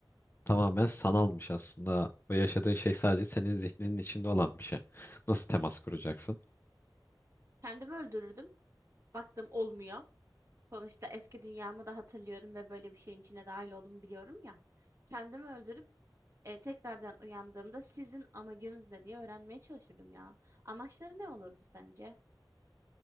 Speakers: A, on the left (about 25°); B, on the right (about 35°).
A: tamamen sanalmış aslında. Ve yaşadığın şey sadece senin zihninin içinde olan bir şey. Nasıl temas kuracaksın?
B: Kendimi öldürürdüm. Baktım olmuyor. Sonuçta eski dünyamı da hatırlıyorum ve böyle bir şeyin içine dahil olduğumu biliyorum ya. Kendimi öldürüp e, tekrardan uyandığımda sizin amacınız ne diye öğrenmeye çalışırdım ya. Amaçları ne olurdu sence?